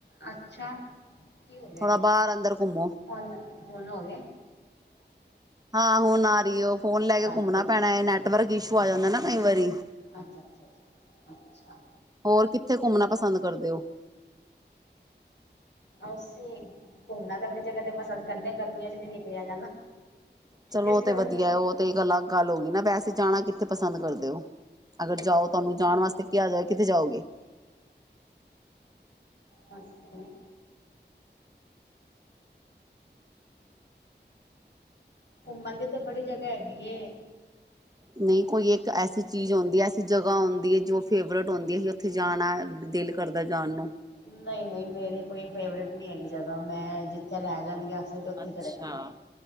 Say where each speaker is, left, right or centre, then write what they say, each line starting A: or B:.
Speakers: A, on the left; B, on the right.
A: ਅੱਛਾ, ਕੀ ਹੋ ਗਿਆ
B: ਥੋੜਾ ਬਾਹਰ ਅੰਦਰ ਘੁੰਮੋ।
A: ਹੁਨ ਹੁਣ ਹੋ ਗਿਆ।
B: ਹਾਂ ਹੁਨ ਆ ਰਹੀ ਏ, ਫੋਨ ਲੈ ਕੇ
A: ਅੱਛਾ
B: ਘੁੰਮਣਾ ਪੈਣਾ ਐ ਨੈੱਟ ਵਰਕ ਈਸ਼ੂ ਆ ਜਾਂਦਾ ਨਾ ਕਈ ਵਾਰੀ।
A: ਅੱਛਾ, ਅੱਛਾ, ਅੱਛ, ਅੱਛਾ।
B: ਹੋਰ ਕਿੱਥੇ ਘੁੰਮਨਾ ਪਸੰਦ ਕਰਦੇ ਓ?
A: ਅਸੀਂ ਘੁੰਮਨਾ ਤਾਂ ਬੜੀ ਜਗਾ ਤੇ ਪਸੰਦ ਕਰਦੇ ਆ, ਗਰਮੀਆਂ ਚ ਨਈ ਨਿਕਲਿਆ ਜਾਂਦਾ।
B: ਚਲੋ
A: ਇਸ
B: ਉਹ ਤੇ
A: ਤੋਂ
B: ਵਧੀਆਂ
A: ਵਧੀਆ
B: ਉਹ ਤੇ ਇੱਕ ਅਲੱਗ ਗੱਲ ਹੋ ਗਈ ਨਾ ਵੈਸੇ ਜਾਣਾ ਕਿੱਥੇ ਪਸੰਦ ਕਰਦੇ ਓ। ਅਗਰ ਜਾਓ ਤੁਹਾਨੂੰ ਜਾਣ ਵਾਸਤੇ ਕਿਹਾ ਜਾਵੇ ਕਿੱਥੇ ਜਾਓਗੇ?
A: ਬਸ ਏਹੀ ਘੁੰਮਨ ਦੀ ਤੇ ਬੜੀ ਜਗਾ ਹੈਗੀ ਏ।
B: ਨਹੀਂ ਕੋਈ ਇੱਕ ਐਸੀ ਚੀਜ਼‌ ਹੋਂਦੀ ਐ, ਐਸੀ ਜਗਾ ਹੋਂਦੀ ਏ ਜੋ ਫੇਵਰੇਟ ਹੋਦੀ ਏ ਉੱਥੇ ਜਾਣਾ ਦਿਲ ਕਰਦਾ ਜਾਨ ਨੂੰ।
A: ਨਹੀ-ਨਹੀ, ਮੇਰੀ ਕੋਈ ਫੇਵਰੇਟ ਨੀ ਹੈਗੀ ਜਗਾ, ਮੈਂ ਜਿੱਥੇ ਲੈ ਜਾਨਗੇ ਅਸ ਸੀ ਉੱਥੇ
B: ਅੱਛਾ
A: ਚਲੇ ਜਾਣੇ